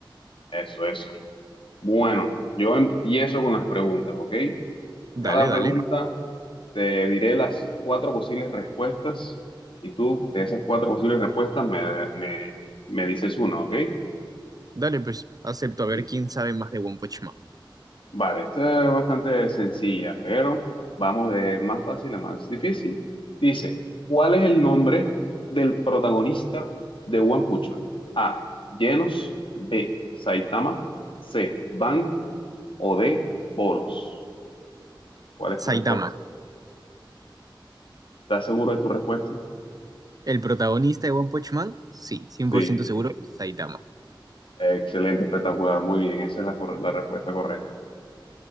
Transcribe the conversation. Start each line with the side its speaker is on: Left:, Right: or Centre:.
Left: Eso, eso. Bueno, yo empiezo con las preguntas, ¿ok?
Right: Dale,
Left: Cada pregunta
Right: dale.
Left: te diré las cuatro posibles respuestas y tú de esas cuatro posibles respuestas me, me, me dices una, ¿ok?
Right: Dale, pues acepto a ver
Left: Listo.
Right: quién sabe más de One Punch Man.
Left: Vale, esta es bastante sencilla, pero vamos de más fácil a más difícil. Dice, ¿cuál es el nombre del protagonista de One Punch Man? A. Genos, B. Saitama, C. Bang o D. Boros. ¿Cuál es tu
Right: Saitama.
Left: respuesta? ¿Estás seguro de tu respuesta?
Right: ¿El protagonista de One Punch Man? Sí, cien
Left: Sí,
Right: por ciento seguro, Saitama.
Left: excelente, espectacular, muy bien, esa es la, cor- la respuesta correcta.